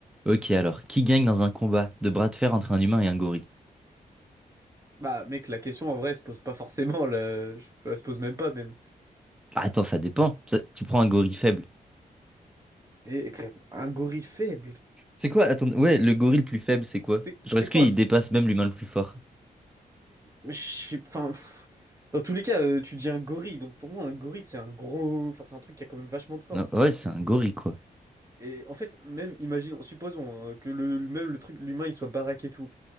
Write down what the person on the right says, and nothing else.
Bah, mec, la question en vrai se pose pas forcément, là. Je- enfin, Elle se pose même pas, même.
Et, et pff, un gorille faible,
c'est
c'est-
c'est-
c'est
quoi?
Je sais- Enfin, pff, dans tous les cas, euh, tu dis un gorille, donc pour moi, un gorille, c'est un gros. Enfin, c'est un truc qui a quand même vachement de force.
Et en fait, même, imaginons, supposons hein, que le, le- même le truc, l'humain, il soit baraque et tout.